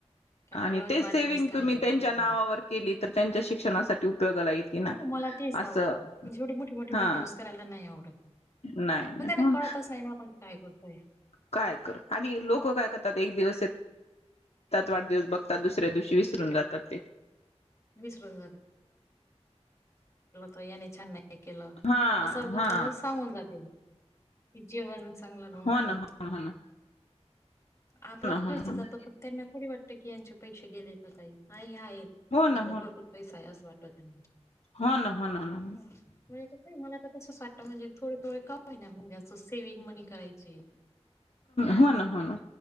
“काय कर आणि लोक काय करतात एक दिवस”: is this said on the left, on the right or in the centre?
Left